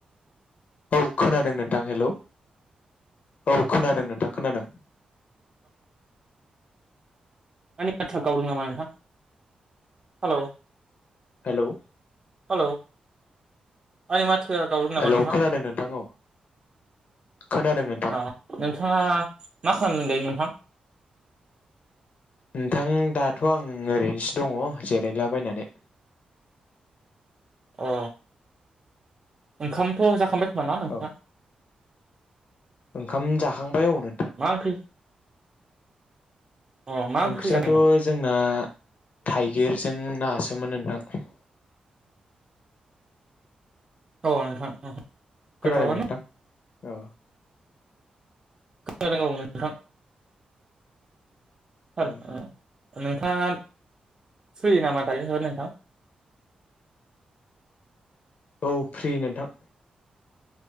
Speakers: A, on the left (about 65°); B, on the right (about 30°).
A: औ। खोनादों नोंथां हेलौ औ खोनादों नोंथां। खोनदों।
B: आंनि बाथ्रा गावदों नामा नोंथां हेल'?
A: हेलौ।
B: औ आंनि मा थोआ गावदों नामा
A: हेलौ
B: नोंथां
A: खोनादों नोंथां औ खोनादों नोंथां
B: ओ नोंथाङा मा खालामदों नोंथां?
A: नोंथां दाथ' आं ओरैनोसो दङ जिरायलाबायनानै।
B: अ ओंखामथ' जाखांबाय नामा नोंथाङा?
A: औ ओंखाम जाखांबाय औ नोंथां।
B: मा ओंख्रि अ मा ओंख्रि
A: ओंख्रियाथ'
B: जाखो नोंथां
A: जोंना थाइगिरजों नासोमोन नोंथां।
B: औ नोंथां।
A: खोनादों
B: गोथावानो
A: नोंथां अ
B: खोनादों औ नोंथां <unintelligible>
A: ओं
B: नोंथांङा सुयो नामा नोंथां <inaudible>
A: औ फ्रि नोंथां